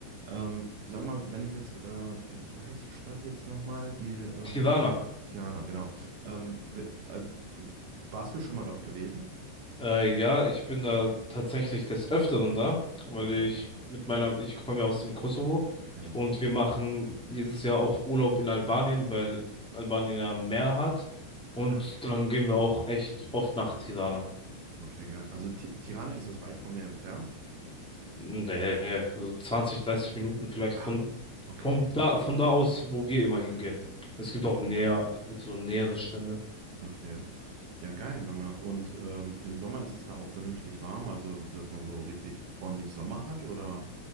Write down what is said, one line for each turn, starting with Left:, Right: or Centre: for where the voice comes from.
Right: Ähm, sag mal, wenn ich jetzt, äh, wie, wie heißt die Stadt jetzt nochmal? Die äh,
Centre: Tirana.
Right: Tirana, genau. Ähm, we- also, warst du schon mal dort gewesen?
Centre: Äh, ja, ich bin da tatsächlich des Öfteren da, weil
Right: Okay,
Centre: ich mit meiner, ich komme ja aus dem Kosovo
Right: ja.
Centre: und wir machen jedes Jahr auch Urlaub in Albanien, weil Albanien ja Meer hat. Und
Right: Ah, geil.
Centre: dann gehen wir auch echt oft nach Tirana.
Right: Okay, geil. Also Ti- Tirana, ist das weit von mir entfernt?
Centre: Nee, so 20, 30 Minuten vielleicht
Right: Ach,
Centre: von,
Right: okay,
Centre: von da, von da aus, wo wir immer hingehen. Es gibt
Right: okay.
Centre: auch näher, so nähere Strände.
Right: Okay. Ja, geil, hör mal. Und ähm, im Sommer ist es da auch vernünftig warm, also dass man so richtig ordentlich Sommer hat, oder